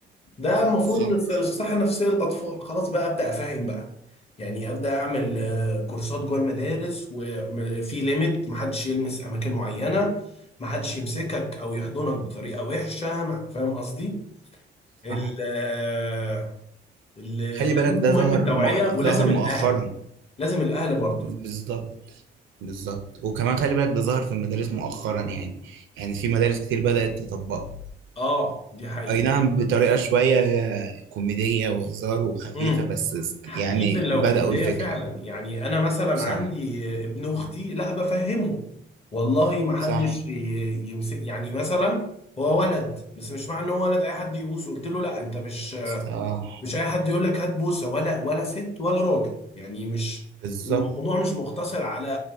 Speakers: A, on the left; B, on the right.
A: ده المفروض
B: بالظبط
A: للص- للصحة النفسية للأطفال خلاص بقى أبدأ أفهم بقى يعني أبدأ أعمل آه، كورسات جوه المدارس وفي ليميت محدش يلمس أماكن معينة محدش يمسكك أو يحضنك بطريقة وحشة مع- فاهم قصدي؟ ال
B: صح
A: آه، ال-
B: خلي
A: لازم
B: بالك ده
A: مهم
B: ظهر
A: التوعية
B: مؤ...
A: ولازم
B: ظهر مؤخرا
A: الأهل لازم الأهل برضه
B: بالظبط بالظبط وكمان خلي بالك ده ظهر في المدارس مؤخرا يعني يعني في مدارس كتير بدأت تطبقه
A: آه دي حقيقة
B: اي نعم بطريقة شوية كوميدية وهزار وخفيفة
A: امم
B: بس است- يعني
A: ايفن لو
B: بدأوا
A: كوميديه
B: الفكرة
A: فعلا يعني انا مثلا
B: صح
A: عندي ابن اختي لا بفهمه والله ما حدش
B: صح
A: ي- يمسك يعني مثلا هو ولد بس مش معنى ان هو ولد اي حد يبوسه قلت له لا انت مش
B: اه
A: مش اي حد يقول لك هات بوسه ولا ولا ست ولا راجل يعني مش
B: بالظبط
A: الموضوع مش مقتصر على